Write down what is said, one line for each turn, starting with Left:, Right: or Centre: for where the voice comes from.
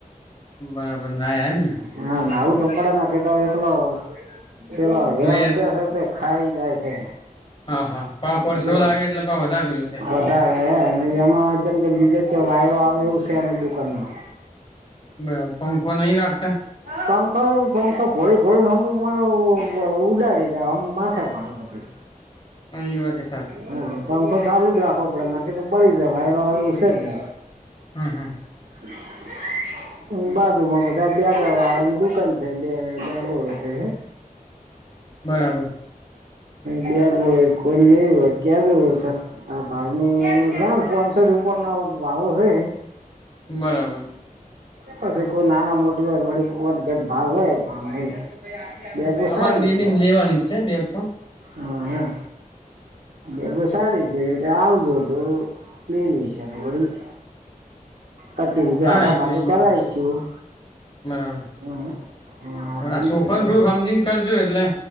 Left: બરાબર નાયા એમ ને
Right: હા ના આવું તો પડે ના કીધો એકલો. પેલા હેર
Left: વેર
Right: ઉડે છે તો ખાઈ જાય છે.
Left: હા હા પા પરસેવો
Right: જે
Left: લાગે એટલે પા વધારે પેલું થાય
Right: હા વધારે હ અને એમાં જેમ કે બીજે વાયરો આવે એવું છે એની દુકાનમાં.
Left: બરાબર પંખો નહી રાખતા.
Right: પંખો પંખો ગોળી ગોળીને હ ઉડાડી દા હમ માથે પાડ આ બધી
Left: આ યુવાગેસ.
Right: હા પંખો ચાલુ જ રાખવો પડે નકી તો પળી જાય વાયરો આવે એવું છે જને
Left: હામ હમ
Right: <unintelligible> બાજુમાં બધા બેગરા વાળાની દુકાન છે બે બેગ હ એ
Left: બરાબર
Right: દ બય કરી લ એ્યા કેજો ત ભાવની ઘણો ફંસ ઉપરના ભાવો છે.
Left: બરાબર.
Right: પછી કોઈ નાના મોટી ગટ ભાવ હોય પણ બેગુસાય
Left: અમારે
Right: બ
Left: બેબીને
Right: છે
Left: લેવાની જ છે બે તો
Right: હા એમ. બેું સારી છે રીતે આવજ તું પન વિશે તો વડી પચીસ રૂપિયા
Left: ના
Right: આખા
Left: એ
Right: પાછું
Left: તો એ
Right: કરાવીશું.
Left: કરશે બરાબર.
Right: હા હા
Left: આ
Right: બીજું
Left: સોફર
Right: કશું
Left: ફૂ સમજીને કરજો એટલે